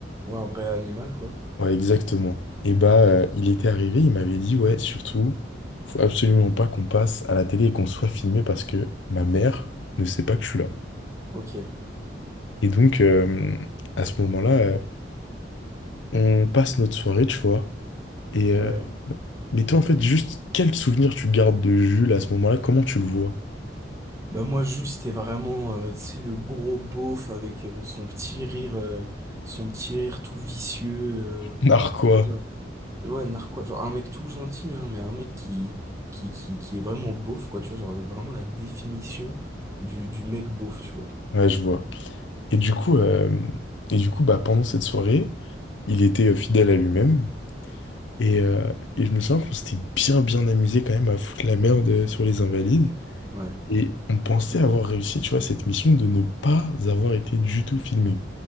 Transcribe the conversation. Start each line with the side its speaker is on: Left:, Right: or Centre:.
Right: Ouais, un vrai animal, quoi.
Left: Ouais, exactement. Et bah, euh, il était arrivé, il m'avait dit, ouais, surtout, faut absolument pas qu'on passe à la télé et qu'on <laughs> soit filmé parce que ma mère ne sait pas que je suis là.
Right: Ok,
Left: Et donc, euh, à ce moment-là, euh, on passe notre soirée, tu vois. Et euh,
Right: ouais.
Left: mais toi, en fait, juste quel souvenir tu gardes de Jules à ce moment-là? Comment tu le vois?
Right: Bah, moi, Jules, c'était vraiment, euh, tu sais, le gros beauf avec euh, son petit rire, euh, son petit rire tout vicieux.
Left: Narquois.
Right: euh, Ouais, narquois, genre un mec tout gentil, hein, mais un mec qui, qui, qui, qui est vraiment beauf, quoi, tu vois, genre vraiment la définition du, du mec beauf, tu vois.
Left: Ouais, je vois. Et du coup, euh, et du coup, bah, pendant cette soirée, il était euh, fidèle à lui-même. Et, euh, et je me souviens qu'on s'était bien bien amusé quand même à foutre la merde euh, sur les invalides.
Right: Ouais,
Left: Et on pensait avoir réussi, tu vois, cette mission de ne pas avoir été du tout filmé.